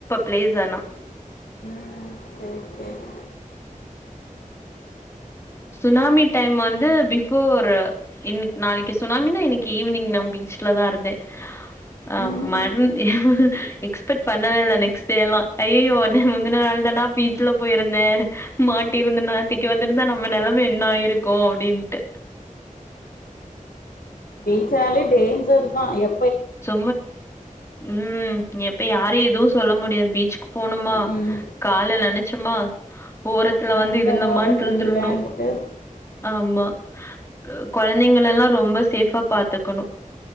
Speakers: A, on the left; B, on the left.
A: பிளேஸானா
B: ம் சேரி சேரி
A: சுனாமி டைம் வந்து பிஃபோரு இன்னிக் நாளக்கி சுனாமினா இன்னிக்கி ஈவினீங் நா பீச்லதா இருந்தே ஆம்
B: ம்
A: மர்ன் எக்ஸ்பெக்ட் பண்ணவேலே நெக்ஸ்ட் டேலா ஐயோ நா முந்தன நாள் தாண்டா பீச்ல போயிருந்தே மாட்டிருந்தனா நேத்திக்கு வந்திந்தா நா நம்ம நெலமே என்னா ஆயிருக்கோ அப்டின்ட்டு
B: பீச்சனாலே டேஞ்சர்தா எ
A: <unintelligible> ம் எப்பையு யாரையு எதுவு சொல்ல முடியாது பீச்க்கு போணுமா
B: ம் ம்
A: கால நன ச்சமா ஓரத்துல
B: விளையாண்டவங்க
A: வந்து இருந்தோமான்
B: ஒரு வாரத்துல
A: இருந்துருந்தர்ணோ
B: அங்க விளையாண்டுட்டு
A: ஆமா கா கொழந்தைங்களெல்லா ரொம்ப சேஃப்பா பாத்துக்கணோ